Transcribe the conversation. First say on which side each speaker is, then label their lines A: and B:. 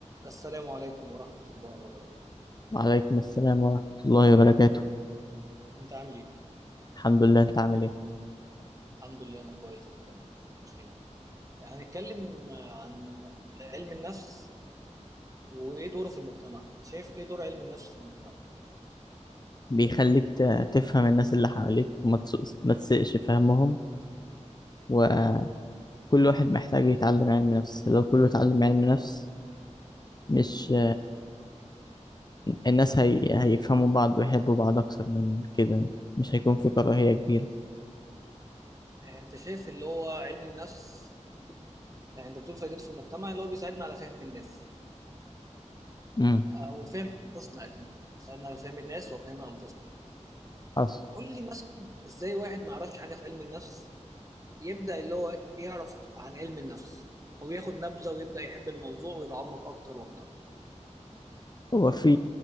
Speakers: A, on the right; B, on the left.
A: السلام عليكم ورحمة الله وبركاته
B: وعليكم السلام ورحمة الله وبركاته
A: انت عامل ايه؟
B: الحمد لله انت عامل ايه
A: الحمد لله انا كويس انا كمان بخير هنتكلم عن علم النفس وايه دوره في المجتمع انت شايف ايه دور علم النفس في المجتمع؟
B: بيخليك ت- تفهم الناس اللي حواليك وما تسوقش- ما تسقش فهمهم وكل واحد محتاج يتعلم علم نفس لو كله اتعلم علم نفس مش الناس هي... هيفهموا بعض ويحبوا بعض أكتر من كده مش هيكون في كراهية كبيرة
A: انت شايف اللي هو علم النفس يعني انت بتقول فايدته في المجتمع اللي هو بيساعدنا على فهم الناس
B: امم
A: او فهم انفسنا اكيد بيساعدنا على فهم الناس وفهم انفسنا
B: حصل
A: قول لي مثلا ازاي واحد ما يعرفش حاجة في علم النفس يبدأ اللي هو يعرف عن علم النفس او ياخد نبذة ويبدأ يحب الموضوع ويتعمق اكتر واكتر
B: هو في